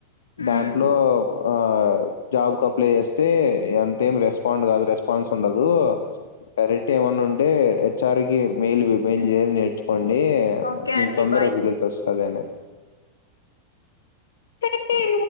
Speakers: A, on the left; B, on the left.
A: దాంట్లో
B: ఉమ్
A: ఆ జాబ్ కు అప్లై చేస్తే ఎంతేం రెస్పాండ్ కాదు, రెస్పాన్స్ ఉండదు కరెంట్ ఏమన్నా ఉంటే హెచ్ ఆర్ కి మెయిల్ మెయిల్ చేసి నేర్చు కోండి,
B: ఓకే
A: మీకు
B: అండి
A: తొందరగా
B: బాయ్
A: రిజల్ట్ వస్తదనే తతే